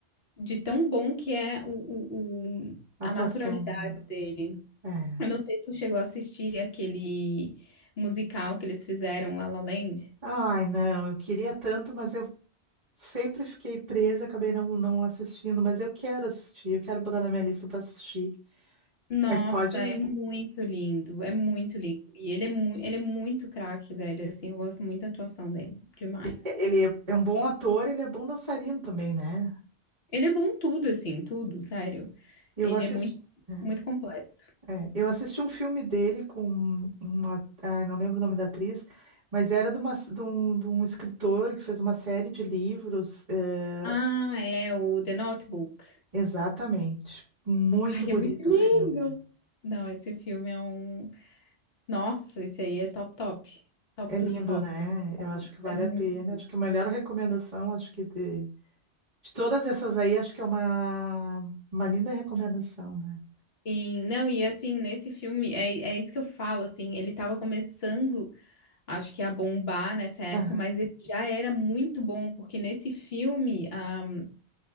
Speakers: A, on the left; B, on the right.
A: de tão bom que é o, o, o-
B: A
A: a
B: atuação
A: naturalidade
B: dele.
A: dele.
B: É.
A: Eu não sei se tu chegou a assistir aquele musical que eles fizeram, La La Land.
B: Ai, não, eu queria tanto, mas eu sempre fiquei presa, acabei não, não assistindo, mas eu quero assistir, eu quero botar na minha lista para assistir.
A: Nossa,
B: Mas pode.
A: é muito lindo, é muito lindo. E ele é, mu ele é muito craque, velho. Assim, eu gosto muito da atuação dele, demais.
B: Ele é é um bom ator, ele é bom dançarino também, né?
A: Ele é bom em tudo, assim, tudo, sério.
B: Eu
A: Ele
B: assisti.
A: é muito,
B: né?
A: muito completo.
B: É, eu assisti um filme dele com uma, ai, não lembro o nome da atriz, mas era de, uma, de, um, de um escritor que fez uma série de livros, eh,
A: Ah, é o The Notebook.
B: exatamente. Muito
A: Ai,
B: bonito
A: é muito lindo.
B: o filme.
A: Não, esse filme é um. Nossa, esse aí é top, top. Top
B: É lindo,
A: dos tops.
B: né?
A: assim,
B: Eu acho que vale
A: É muito.
B: a pena. Acho que a melhor recomendação, acho que de, de todas essas aí, acho que é uma, uma linda recomendação, né?
A: Sim, não, e assim, nesse filme, é, é isso que eu falo, assim, ele tava começando. acho que a bombar nessa época,
B: Aham.
A: mas ele já era muito bom, porque nesse filme, a,